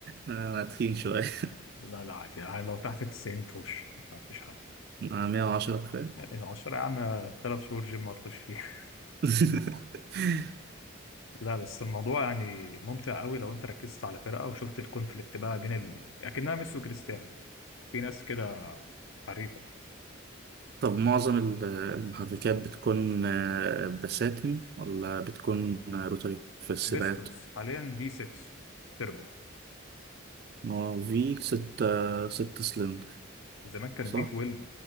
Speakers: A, on the right (about 50°); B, on the left (about 80°).
A: أنا تخين شوية <laughs>
B: لا لا عادي يعني لو تحت ال 90 تخش ما فيش حاجه
A: أنا 110 كفاية
B: العشرة يا عم ثلاث شهور جيم ما تخش فيها
A: <laughs>
B: <laughs> لا بس الموضوع يعني ممتع قوي لو انت ركزت على فرقه وشفت الكونفليكت بقى بين ال... اكنها ميسي وكريستيانو في ناس كده حريفه
A: طب معظم ال- المحركات بتكون آه، بساتم ولا بتكون آه، روتري في السباقات؟
B: بيستونز حاليا في 6 تربو
A: ما هو في ستة ست سلندر
B: وزمان كان
A: صح؟
B: في 12